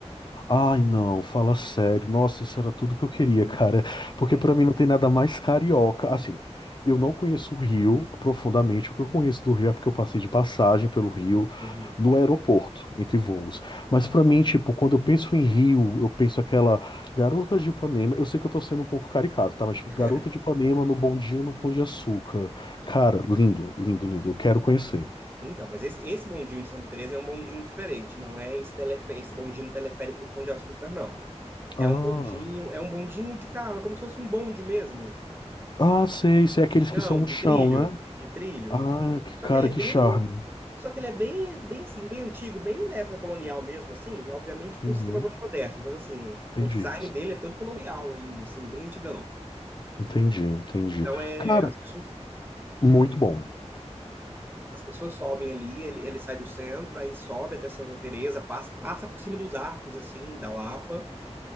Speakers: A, on the left (about 40°); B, on the right (about 15°).
A: Ai, não, fala sério. Nossa, isso era tudo que eu queria, <laughs> cara. Porque
B: é.
A: pra mim não tem nada mais carioca. Assim, eu não conheço o Rio profundamente. O que eu conheço do Rio é porque eu passei de passagem pelo Rio
B: Uhum.
A: no aeroporto, entre voos. Mas pra mim, tipo, quando eu penso em Rio, eu penso aquela garota de Ipanema. Eu sei que eu tô sendo um pouco caricato, tá? Mas, tipo,
B: <laughs>
A: garota de Ipanema no bondinho no Pão de Açúcar. Cara, lindo, lindo, lindo. Eu quero conhecer.
B: Então, mas esse, esse bondinho de Santa Teresa é um bondinho diferente, não é esse, telefe- esse bondinho teleférico do Pão de Açúcar, não.
A: Ah,
B: É um bondinho, é um bondinho de carro, é como se fosse um bonde mesmo,
A: ah, sei, sei. Aqueles
B: de chão,
A: que são no
B: de
A: chão,
B: trilho,
A: né?
B: de trilho.
A: Ah, que
B: Só
A: cara,
B: que ele é
A: que
B: bem,
A: charme.
B: só que ele é bem, bem assim, bem antigo, bem da época colonial mesmo, assim, obviamente com
A: Uhum,
B: sistemas mais modernos, mas assim,
A: entendi.
B: o design dele é todo colonial ainda, assim, bem antigão.
A: Entendi, entendi.
B: Então é,
A: Cara,
B: as pessoas,
A: muito bom.
B: as pessoas sobem ali, ele, ele sai do centro, aí sobe até Santa Teresa, passa, passa por cima dos arcos, assim, da Lapa.